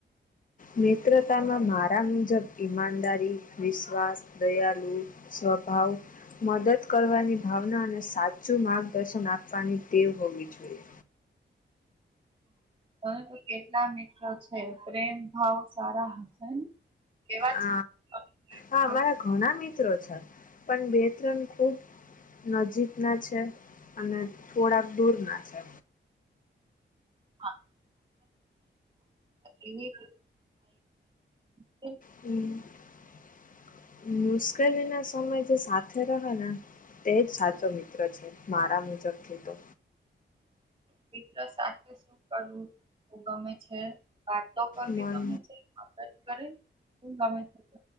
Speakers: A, on the left (about 45°); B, on the right (about 25°).
A: મનેત્રતામાં મારા મુજબ ઈમાનદારી વિશ્વાસ દયાલુ સ્વભાવ મદદ કરવાની ભાવના અને સાચું માર્ગદર્શન આપવાની ટેવ હોવી જોઈએ
B: હા કેટલા મિત્રો છે પ્રેમ ભાવ સારા હશે ને એવા
A: હ
B: જ ભાવમાં
A: હા મારા ઘણા મિત્રો છે પણ બે ત્રણ ખુબ નજીક ના છે અને થોડાક દૂર ના છે
B: હા કે છે
A: હમ મુશ્કેલી ના સમય જે સાથે રહ ને. તે જ સાચો મિત્ર છે મારા મુજબ થતો.
B: મિત્ર સાથે શું કરવું ગમે છે. વાતો કરવી
A: મન
B: ગમે છે મદદ કરે શું ગમે છે ત.